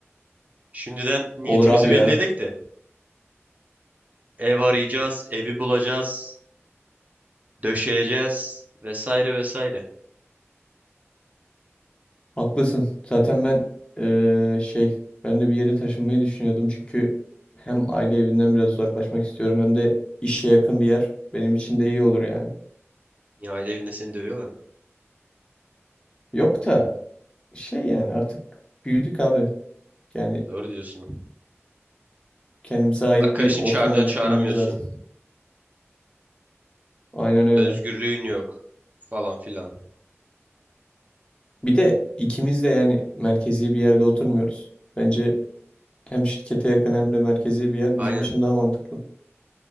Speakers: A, on the right (about 35°); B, on the left (about 20°).
A: Şimdiden niyetimizi
B: Olur abi
A: belli
B: ya.
A: edek de ev arayacağız, evi bulacağız, döşeyeceğiz vesaire vesaire.
B: Haklısın. Zaten ben e, şey ben de bir yere taşınmayı düşünüyordum çünkü hem aile evinden biraz uzaklaşmak istiyorum hem de işe yakın bir yer benim için de iyi olur yani.
A: Ya aile evinde seni dövüyorlar mı?
B: Yok da şey yani artık büyüdük abi. Yani
A: Doğru diyorsun.
B: kendimize ait
A: Arkadaşını
B: bir ortam
A: çağıracaksın
B: oluşturmamız
A: çağıramıyorsun.
B: lazım. Aynen öyle.
A: Özgürlüğün yok falan filan.
B: Bir de ikimiz de yani merkezi bir yerde oturmuyoruz. Bence hem şirkete yakın hem de merkezi bir yer
A: Aynen.
B: bizim için daha mantıklı.